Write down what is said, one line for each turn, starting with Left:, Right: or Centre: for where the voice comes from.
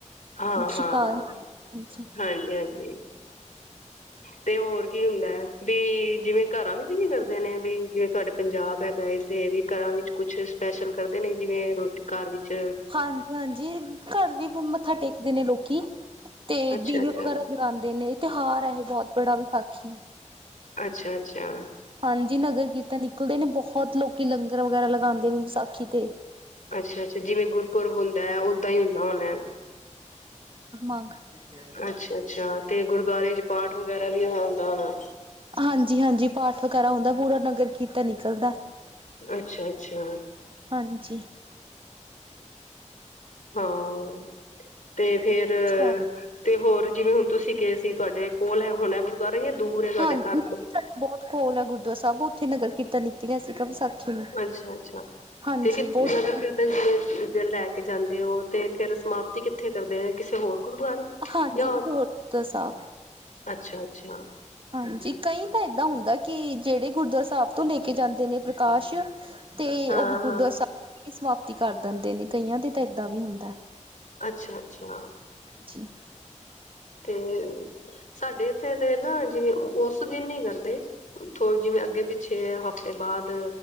Left: ਹਾਂ-
Right: ਛਕਾ
Left: ਹਾਂ,
Right: ਹਾਂਜੀ,
Left: ਹਾਂਜੀ-ਹਾਂਜੀ। ਤੇ ਹੋਰ ਕੀ ਹੁੰਦਾ ਹੈ। ਵੀ ਜਿਵੇਂ ਘਰਾਂ ਵਿਚ ਜਿਵੇਂ ਕਰਦੇ ਨੇ ਵੀ ਜਿਵੇਂ ਤੁਹਾਡੇ ਪੰਜਾਬ ਹੈਗਾ। ਇਹਥੇ ਵੀ ਘਰਾਂ ਵਿੱਚ ਕੁਛ ਸਪੈਸ਼ਲ ਕਰਦੇ ਨੇ ਜਿਵੇਂ ਰੋਟੀ ਘਰ ਵਿੱਚ
Right: ਹਾਂਜੀ- ਹਾਂਜੀ ਘਰ ਵੀ ਮੱਥਾ ਟੇਕਦੇ ਨੇ ਲੋਕੀ। ਤੇ
Left: ਅੱਛਾ
Right: ਦੀਵੇ
Left: ਅੱਛਾ
Right: ਵਗੈਰਾ ਜਾਂਦੇ ਨੇ ਤਿਉਹਾਰ ਇਹ ਬਹੁਤ ਬੜਾ ਵਿਸਾਖੀ।
Left: ਅੱਛਾ- ਅੱਛਾ।
Right: ਹਾਂਜੀ। ਨਗਰ ਕੀਰਤਨ ਨਿਕਲਦੇ ਨੇ ਬਹੁਤ ਲੋਕੀ ਲੰਗਰ ਵਗੈਰਾ ਲਗਾਉਂਦੇ ਨੇ ਵਿਸਾਖੀ ਤੇ।
Left: ਅੱਛਾ- ਅੱਛਾ ਜਿਵੇਂ ਗੁਰਪੁਰਬ ਹੁੰਦਾ ਹੈ। ਓਦਾਂ ਹੀ ਹੁੰਦਾ ਹੋਣਾ।
Right: ਠ <unintelligible>
Left: ਅੱਛਾ ਅੱਛਾ ਤੇ ਗੁਰਦੁਆਰੇ ਚ' ਪਾਠ ਵਗੈਰਾ ਵੀ ਹੁੰਦਾ ਹੋਣਾ।
Right: ਹਾਂਜੀ- ਹਾਂਜੀ। ਪਾਠ ਵਗੈਰਾ ਹੁੰਦਾ ਪੂਰਾ ਨਗਰ ਕੀਰਤਨ ਨਿਕਲਦਾ।
Left: ਅੱਛਾ- ਅੱਛਾ।
Right: ਹਾਂਜੀ।
Left: ਹਾਂ। ਤੇ ਫੇਰ
Right: ਅੱਛਾ।
Left: ਤੇ ਹੋਰ ਜਿਵੇਂ ਹੁਣ ਤੁਸੀਂ ਗਏ ਸੀ। ਤੁਹਾਡੇ ਕੋਲ ਹੈ ਹੁਣਾ ਗੁਰਦੁਆਰਾ ਜਾਂ ਦੂਰ ਹੈ ਤੁਹਾਡੇ
Right: ਹਾਂ
Left: ਘਰ ਤੋ
Right: ਸਾਡੇ ਬਹੁਤ ਕੋਲ ਆ ਗੁਰਦੁਆਰਾ ਸਾਹਿਬ ਉੱਥੇ ਨਗਰਕੀਰਤਨ ਨਿਕਲਿਆ ਸੀਗਾ। ਨੂੰ।
Left: ਅੱਛਾ- ਅੱਛਾ
Right: ਹਾਂਜੀ
Left: ਤੇ
Right: ਬਹੁਤ
Left: ਨਗਰ
Right: ਸੋਹਣਾ
Left: ਕੀਰਤਨ ਜ ਲੈ। ਤੇ ਜਾਂਦੇ ਉਹ ਤੇ ਫੇਰ ਸਮਾਪਤੀ ਕਿੱਥੇ ਕਰਦੇ ਨੇ ਕਿਸੇ ਹੋਰ ਗੁਰਦੁਆਰੇ
Right: ਹਾਂਜੀ।
Left: ਜਾਂ
Right: ਕਿਥੇ ਹੋਰ ਸਾਬ
Left: ਅੱਛਾ- ਅੱਛਾ।
Right: ਹਾਂਜੀ। ਕਈ ਤਾਂ ਇਦੇਦਾਂ ਹੁੰਦਾ ਕਿ ਜਿਹੜੇ ਗੁਰਦੁਆਰਾ ਸਾਹਿਬ ਤੋਂ ਲੈ ਕੇ ਜਾਂਦੇ ਨੇ ਪ੍ਰਕਾਸ਼ ਤੇ
Left: ਹਾਂ
Right: ਉਹੀ ਗੁਰਦੁਆਰਾ
Left: ਹਾਂ
Right: ਸਾਹਿਬ ਸਮਾਪਤੀ ਕਰ ਦਿੰਦੇ ਨੇ ਕਈਆਂ ਦੇ ਤਾਂ ਇਏਦਾਂ ਵੀ ਹੁੰਦਾ।
Left: ਅੱਛਾ-ਅੱਛਾ।
Right: ਜੀ।
Left: ਤੇ ਸਾਡੇ ਇੱਥੇ ਤੇ ਨਾ ਜਿਵੇਂ ਉਸ ਦਿਨ ਹੀ ਕਰਦੇ। ਜਿਵੇਂ ਅੱਗੇ- ਪਿੱਛੇ ਹਫ਼ਤੇ ਬਾਅਦ,